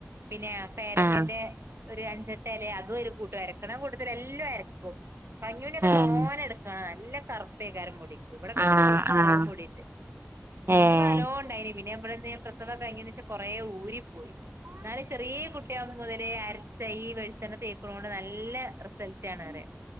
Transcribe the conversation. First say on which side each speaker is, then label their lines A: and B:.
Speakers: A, on the right; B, on the right.
A: പിന്നെ പേരക്കന്റെ
B: ആഹ്
A: ഒരു അഞ്ചട്ട് ഇല അതും കൂട്ടും അരക്കണം അരക്കണ കൂട്ടത്തിൽ എല്ലാം അരക്കും പഞ്ഞൂനിയൊക്കെ
B: ഏഹ്
A: തോനെ എടുക്കാണ് നല്ല കറു പേക്കാരം മുടി ഇവിടെക്കെന്റെ
B: ആഹ്
A: മോൾക്ക് നലോമുടിണ്ട്
B: ആഹ് ഏഹ്
A: എനിക്ക് നലോ ഉണ്ടായിണ് പിന്നെ ഇവിടെന്ന് പ്രസവം കഴിഞ്ഞ ശേഷം കൊറേ ഊരി പോയി എന്നാലും ചെറിയ കുട്ടിയ ആവുന്നത് വരെയും അര ച്ച് ഈ വെളിച്ചെണ്ണ തേക്കുന്ന കൊണ്ട് നല്ല നല്ല റിസർട്ട് ആണ് കാണാൻ